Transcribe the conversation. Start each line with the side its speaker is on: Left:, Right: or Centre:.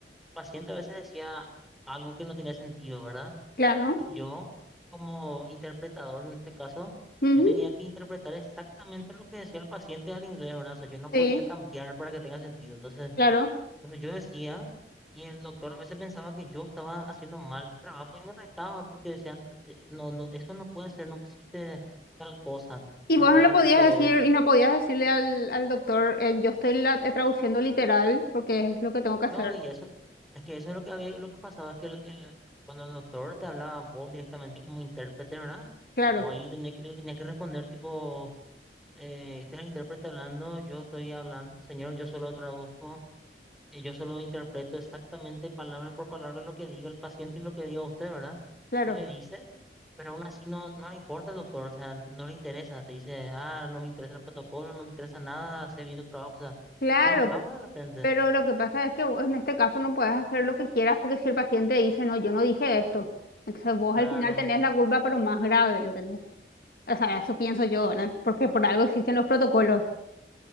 Centre: paciente a veces decía algo que no tenía sentido, ¿verdad?
Left: claro,
Centre: Y yo, como interpretador en este caso,
Left: ujú,
Centre: yo tenía que interpretar exactamente lo que decía el paciente al inglés, ¿verdad? O sea, yo no podía
Left: sí,
Centre: cambiar para que tenga sentido. Entonces,
Left: claro.
Centre: o sea yo decía, y el doctor a veces pensaba que yo estaba haciendo mal mi trabajo y me retaba porque decían, no, te- no, no, eso no puede ser, no existe tal cosa,
Left: Y
Centre: ¿verdad?
Left: vos no le podías
Centre: Tipo,
Left: decir, y no podías decirle al, al doctor, eh, yo estoy la- eh, traduciendo literal porque es lo que tengo que hacer.
Centre: no, y eso, es que eso es lo que había, lo que pasaba, es que el, el- cuando el doctor te hablaba a vos directamente como intérprete, ¿verdad?
Left: Claro,
Centre: Vos ahí le tenía, que- le tenía que responder tipo, eh, este es el intérprete hablando, yo estoy hablando, señor, yo solo traduzco, eh, yo solo interpreto exactamente palabra por palabra lo que diga el paciente y lo que diga usted, ¿verdad?
Left: claro,
Centre: Usted le dice Pero aún así no, no le importa el doctor, o sea, no le interesa. Te dice, ah, no me interesa el protocolo, no me interesa nada, hace bien tu trabajo. O sea,
Left: claro,
Centre: te enojaba de repente.
Left: pero lo que pasa es que vos en este caso no puedes hacer lo que quieras porque si el paciente dice, no, yo no dije esto, entonces vos
Centre: Claro,
Left: al final tenés la culpa, pero más grave, ¿entendés? O sea, eso pienso yo, ¿verdad? Porque por algo existen los protocolos.